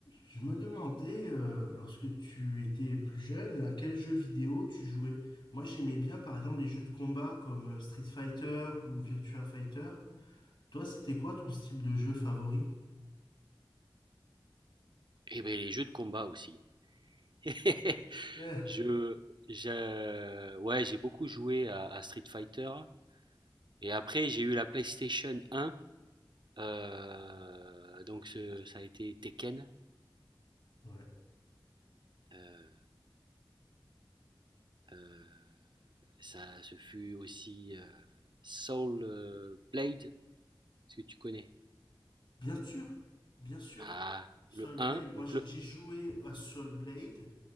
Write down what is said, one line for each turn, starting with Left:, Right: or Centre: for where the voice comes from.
Left: Je me demandais, euh, lorsque tu étais plus jeune, à quels jeux vidéo tu jouais. Moi, j'aimais bien, par exemple, les jeux de combat comme euh, Street Fighter ou Virtua Fighter. Toi, c'était quoi ton style de jeu favori?
Right: et ben les jeux de combat aussi. <laughs>
Left: Euh,
Right: Je, je- ouais, j'ai beaucoup joué à, à Street Fighter. Et après, j'ai eu la PlayStation 1. euh, donc, ce- ça a été Tekken.
Left: ouais.
Right: Euh, euh, ça, ce fut aussi euh, Soul euh, Blade. Est-ce que tu connais?
Left: Bien sûr, bien sûr.
Right: Ah,
Left: Soul
Right: le
Left: Blade.
Right: 1.
Left: Moi,
Right: Donc,
Left: j'ai
Right: le,
Left: j'ai joué à Soul Blade